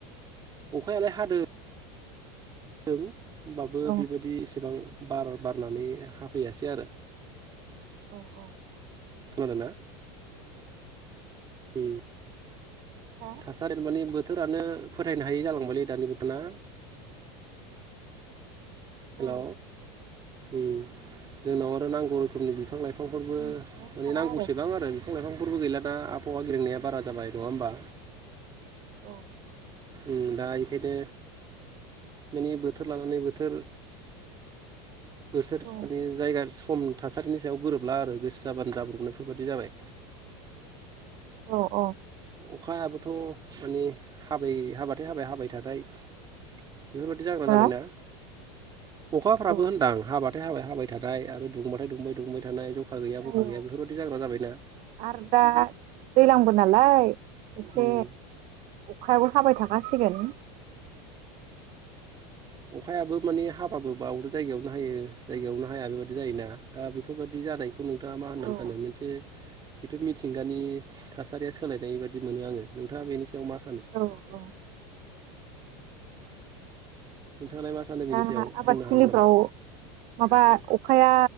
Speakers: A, on the right (about 30°); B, on the right (about 50°).
A: अखायालाय हादो दों होमबाबो
B: औ
A: बेबायदि एसेबां बार बारनानै हाफैयासै आरो
B: औ औ
A: खोनादोंना उम
B: हा
A: थासारि माने बो बोथोरानो फोथायनो हायि जालांबायलै दानि बो ना हेलौ
B: औ
A: ओम जोंनाव आरो नांगौ रोखोमनि बिफां लाइफां बिफांफोरबो
B: बुंनोनो
A: माने
B: हाला
A: नांगौसेबां आरो
B: दा
A: बिफां लाइफांफोरबो गैला दा आबहावा गेब्रेंनाया बारा जाबाय नङा होमबा
B: औ
A: ओम दा एखायनो माने बोथोर लानानै बोथोर बोथोर
B: औ
A: माने जायगा खम थासारिनि सायाव गोरोबला आरो गोसो जाबानो जाब्रबनायफोरबादि जाबाय
B: औ औ
A: अखायाबोथ' माने हाबाय हाबाथाय हाबाय हाबाय थानाय बेफोरबायादि जाग्रा
B: हा
A: जाबायना अखाफ्राबो
B: औ
A: होनदां हाबा हाबाथाय हाबाय हाबाय थानाय आरो दुंबाथाय दुंबाय दुंबाय थानाय जखा गैया
B: औ
A: बखा गैया बेफोरबायदि जाग्रा जाबायना
B: आरो दा दैलांबो नालाय एसे
A: उम
B: अखायाबो हाबाय थाखासिगोन
A: अखायाबो माने हाबाबो बावनो जायगायावनो हायो जायगायावनो हाया बेबायदि जायोना दा बेफोरबायदि जानायखौ खौ नोंथाङा मा होननानै
B: औ
A: सानो मोनसे बेथ' मिथिंगानि थासारिया सोलायनाय बादि मोनो आङो नोंथाङा बेनि सायाव मा सानो?
B: औ औ
A: नोंथाङालाय मा सानो बेनि
B: ओ
A: सायाव
B: आबादथिलिफ्राव
A: बुंनो हागोन नामा?
B: माबा अखाया